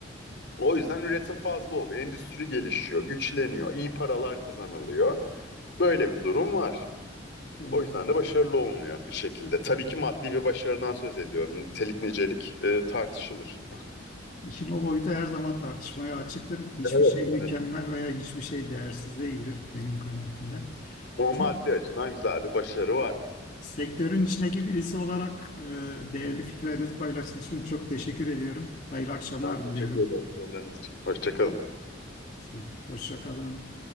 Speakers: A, on the left; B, on the left.
A: O yüzden üretim fazla oluyor. Endüstri gelişiyor, güçleniyor, iyi paralar kazanılıyor. Böyle bir durum var.
B: e,
A: O yüzden de başarılı olunuyor bir şekilde. Tabii ki maddi bir başarıdan söz ediyorum. Nitelik nicelik e, tartışılır.
B: işin o boyutu her zaman tartışmaya açıktır. Hiçbir
A: Evet,
B: şey mükemmel
A: evet.
B: veya hiçbir şey değersiz değildir benim kanaatimde.
A: Ama
B: Çok
A: maddi açıdan güzel bir başarı var.
B: sektörün içindeki birisi olarak e, değerli fikirlerinizi paylaştığınız için çok teşekkür ediyorum. Hayırlı akşamlar
A: Ben teşekkür
B: diliyorum.
A: ederim sorularınız için. Hoşçakalın.
B: Siz- Hoşça kalın.